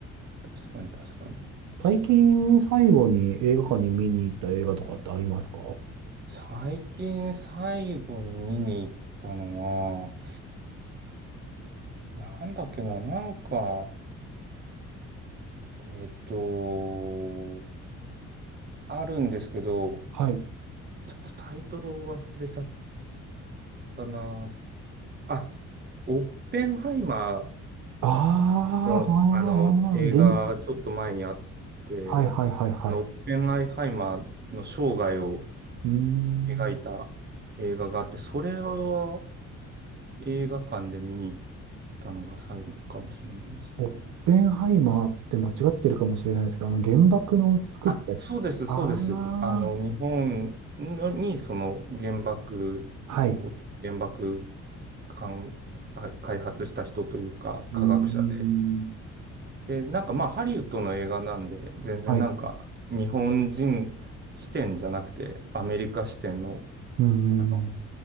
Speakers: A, on the right (about 35°); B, on the right (about 80°).
A: 確かに確かに。
B: 最近最後に映画館に見に行った映画とかってありますか
A: 最近最後に見に行ったのは、なんだっけな、なんか、えっと、あるんですけど、
B: はい。
A: ちょっとタイトルを忘れちゃったなあ、オッペンハイマ
B: あ
A: ーの、
B: あ、あーあー、
A: あの映画がちょっと前にあって、
B: あはいはいはいはい。
A: あのオッペンハイマーの生涯を
B: うーん。
A: 描いた映画があって、それは映画館で見に行ったのが最後かもしれないですね。
B: オッペンハイマーって間違ってるかもしれないですけど、あの原爆の作った日。
A: あ、そうです、
B: あ
A: そうです。あの、
B: あ、
A: 日本のにその原爆を、
B: はい。
A: 原爆かん開発した人というか、科学者で、
B: うーん、
A: で、なんかまあハリウッドの映画なんで、全然なんか日本人視点じゃなくてアメリカ視点の、
B: はい。うーん、
A: あの